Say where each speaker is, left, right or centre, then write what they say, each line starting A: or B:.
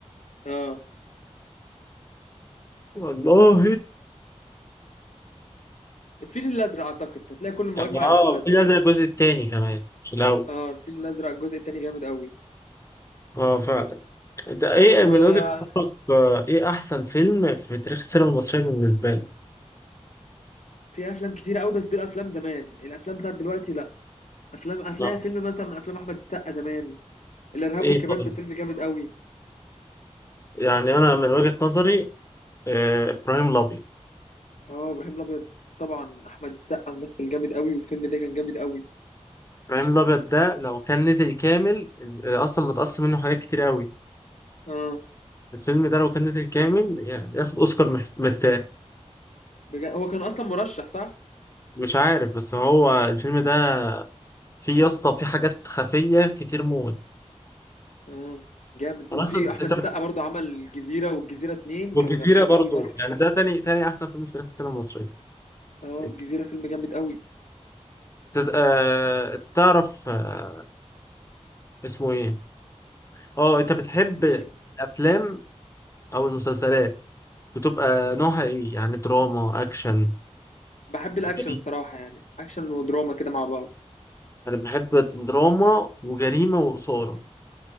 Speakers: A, on the left; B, on the left.
A: اه
B: والله
A: الفيل الازرق اعتقد هتلاقي كله مجمع
B: يعني اه
A: على الفيل الازرق
B: في نزل الجزء التاني كمان مش الاول
A: اه الفيل الازرق الجزء التاني جامد قوي
B: اه فعلا انت ايه
A: وفي
B: من وجهة نظرك آه، ايه احسن فيلم في تاريخ السينما المصرية بالنسبة لك؟
A: افلام كتير قوي بس دول افلام زمان الافلام بتاعت دلوقتي لا افلام هتلاقي
B: آه،
A: فيلم مثلا من افلام احمد السقا زمان الارهاب
B: ايه
A: والكباب
B: طيب
A: ده فيلم جامد قوي
B: يعني انا من وجهة نظري آه، ابراهيم الابيض
A: اه ابراهيم الابيض طبعا احمد السقا ممثل جامد قوي والفيلم ده كان جامد قوي
B: ابراهيم الابيض ده لو كان نزل كامل آه، اصلا متقسم منه حاجات كتير قوي
A: اه
B: الفيلم ده لو كان نزل كامل يعني ياخد اوسكار مح- مرتاح
A: بجا... هو كان اصلا مرشح صح؟
B: مش عارف بس هو الفيلم ده فيه يا اسطى فيه حاجات خفية كتير موت
A: اه جامد
B: أنا
A: وفي
B: اصلا
A: احمد
B: انت
A: السقا
B: بت-
A: برضه عمل الجزيره والجزيره اتنين
B: والجزيرة
A: كانوا جامدين
B: برضو
A: قوي برضه
B: يعني ده تاني تاني احسن فيلم في تاريخ السينما المصرية
A: اه
B: انت
A: الجزيره فيلم جامد قوي
B: آه، أنت تعرف آه، اسمه ايه اه انت بتحب
A: مم.
B: الافلام او المسلسلات بتبقى نوعها ايه يعني دراما اكشن
A: بحب الاكشن
B: جريمة.
A: الصراحه يعني اكشن ودراما كده مع بعض
B: انا بحب دراما وجريمه واثاره